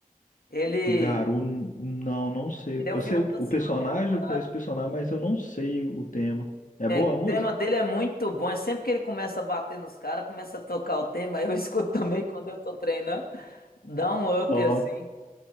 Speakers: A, on the left (about 85°); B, on the left (about 60°).
A: Ele,
B: Do Garou, n- não, não sei.
A: ele
B: Eu
A: é o vilão
B: sei o
A: da
B: o
A: segunda
B: personagem,
A: temporada.
B: eu conheço o personagem, mas eu não sei o tema. É boa
A: O
B: a
A: tema
B: música?
A: dele é muito bom. É sempre que ele começa a bater nos caras, começa a tocar o tema. Eu <laughs> escuto também quando eu tô treinando. Dá um up
B: Top.
A: assim.